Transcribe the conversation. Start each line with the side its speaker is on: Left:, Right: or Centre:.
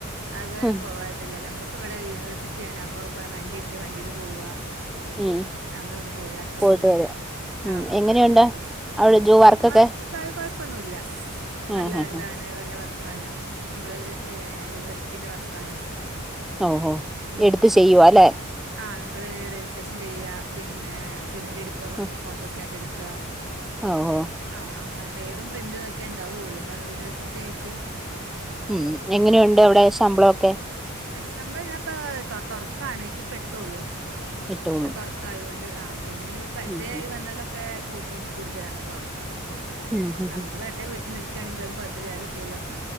Right: അതുലും
Centre: ഉം
Right: പോവനി നമുക്ക് ഇവിടെ യൂണിവേഴ്സിറ്റിയാണ് അപ്പൊ വണ്ടി ഉണ്ട് വണ്ടില് പോവുക
Centre: ഉം
Right: നമ്മളവിട് പോര അത്രേ
Centre: പോയിട്ട്
Right: ഉള്ളു
Centre: വരാം ഉം
Right: ആ
Centre: എങ്ങനെയുണ്ട്
Right: അതള്ളു
Centre: അവിടെ ജോ വർക്കൊക്കെ
Right: വാ കൊ കൊഴപ്പൊന്നുവില്ല
Centre: ഉം
Right: നല്ല
Centre: ഉം
Right: ഇതാണ്
Centre: ഉം
Right: നല്ല വർക്കാണ് നമ്മള് യൂണിവേഴ്സിറ്റീന്റെ വർക്കാണ്
Centre: ഓഹോ
Right: ഉം.
Centre: എടുത്ത് ചെയ്യുവ
Right: അ-
Centre: ല്ലെ
Right: ആ നമ്മൾ രജിസ്ട്രേഷൻ ചെയ്യുക പിന്നെ പ്രിന്റ് എടുക്കുക
Centre: ഉം
Right: ഫോട്ടോസ്റ്റാറ്റ് എടു ക്ക
Centre: ഓഹോ
Right: ആ അങ്ങന വേറും പ്രിന്റ്തൊക്കെ ഉണ്ടാവയുള്ളൂ കാരണം യൂണിവേഴ്സിറ്റി ആയിട്ട്
Centre: ഉം എങ്ങനെയുണ്ട് അവിടെ ശമ്പളൊക്കെ
Right: എ ശമ്പളം ഞാൻപ്പ തൊ തൊടക്കാണ് എക്ക് പ്പൊ ട്ടൊള്ളൂ
Centre: ഇട്ടോളും
Right: ൻ തുടക്കായോ ആ പിന്നെ പരിചയായി
Centre: ഉം ഉം
Right: വന്നാലൊക്കെ കൂട്ടും കുടുതര വ <unintelligible>
Centre: ഉം ഉം
Right: നമുക്ക്
Centre: ഉം
Right: വെറുതെ വീട്ടിൽന്ന് ഇ <unintelligible> ങ്കിലും അത് കുഴപ്പില്ലാത കിട്ടിയല്ലോ